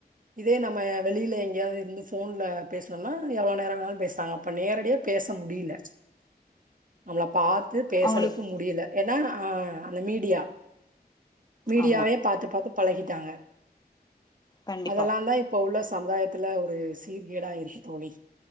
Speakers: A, on the right; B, on the left.
A: இதே நம்ம வெளியில எங்கேயாவது இருந்து ஃபோன்ல பேசுனம்னா எவ்ளோ நேர வேனாலும் பேசறாங்க அப்போ நேரடியா பேச முடியல நம்மள பா த்து பேசறதுக்கு
B: அவங்களுக்கு
A: முடியல ஏன்னா அ அந்த மீடியா மீடியாவயே
B: ஆமா
A: பாத்து பாத்து பழகிட்டாங்க
B: கண்டிப்பா
A: அதெல்லாந் தா இப்ப உள்ள சமுதாயத்துல ஒரு சீர்கேடா இருக்கு தோழி